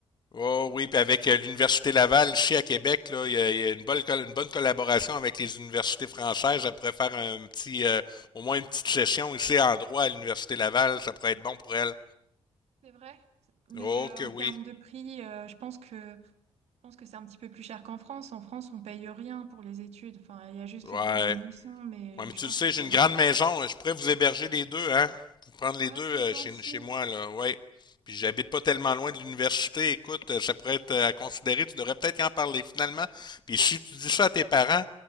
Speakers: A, on the left (about 40°); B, on the right (about 75°).
A: Oh oui, puis avec euh, l'Université Laval ici à Québec, là, il y a, il y a une bonne col- une bonne collaboration avec les universités françaises. Ça pourrait faire un petit euh, au moins une petite session ici en droit à l'Université Laval, ça pourrait être bon pour elle.
B: C'est vrai, mais
A: Oh
B: euh,
A: que
B: en
A: oui.
B: termes de prix, euh, je pense que, je pense que c'est un petit peu plus cher qu'en France. En France, on paye rien pour les études. Enfin, il y a juste
A: Ouais.
B: les frais d'admission, mais
A: Ouais, mais
B: je
A: tu
B: pense
A: le sais,
B: qu'au Canada.
A: j'ai une grande
B: c'est-
A: maison. Je pourrais vous héberger les deux, hein? Vous prendre les
B: Ah,
A: deux
B: c'est
A: euh,
B: gentil.
A: chez, chez moi, là. Ouais. Puis j'habite pas tellement loin de l'université. Écoute, euh, ça pourrait être euh, à considérer. Tu devrais peut-être y en parler finalement. Puis si tu dis ça à tes parents,